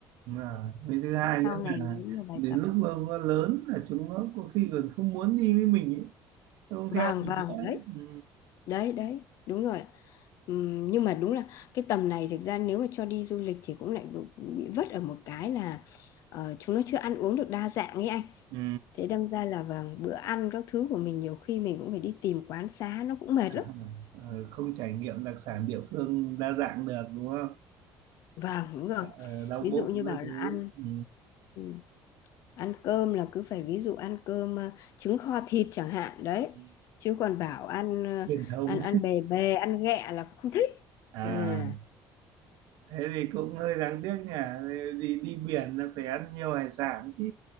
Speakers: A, on the right; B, on the left.
A: đúng rồi với thứ hai
B: Dạ, sau
A: nữa
B: này
A: là
B: nếu như bài
A: đến
B: tập
A: lúc mà nó lớn là chúng nó có khi còn không muốn đi với mình ấy. nó không
B: vàng
A: theo mình
B: vàng
A: nữa
B: đấy
A: ừ.
B: đấy đấy đúng rồi Ừm, nhưng mà đúng là cái tầm này thực ra nếu mà cho đi du lịch thì cũng lại bị bị vất ở một cái là ờ, chúng nó chưa ăn uống được đa dạng ấy anh
A: Ừ.
B: thế đâm ra là vàng bữa ăn các thứ của mình nhiều khi mình cũng phải đi tìm quán xá nó cũng mệt
A: <laughs>
B: lắm
A: Ờ, không trải nghiệm đặc sản địa phương đa dạng được đúng không
B: vâng đúng rồi
A: Ờ, đau
B: ví
A: bụng
B: dụ như
A: các
B: bảo
A: thứ
B: là ăn
A: ừ.
B: ừ, ăn cơm là cứ phải ví dụ ăn cơm ờ, trứng kho thịt chẳng hạn đấy
A: ừ.
B: chứ còn bảo ăn ờ,
A: truyền thống
B: ăn ăn bề bề ăn ghẹ là không thích
A: à
B: à.
A: thế thì cũng hơi đáng tiếc nhỉ đi đi biển là phải ăn nhiều hải sản chứ